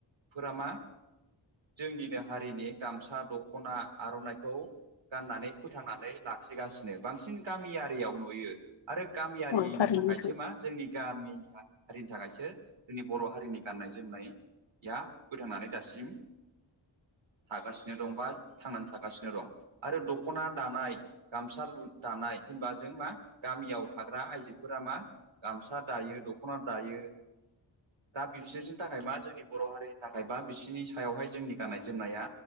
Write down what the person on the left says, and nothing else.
औ थारैनो
नोंथां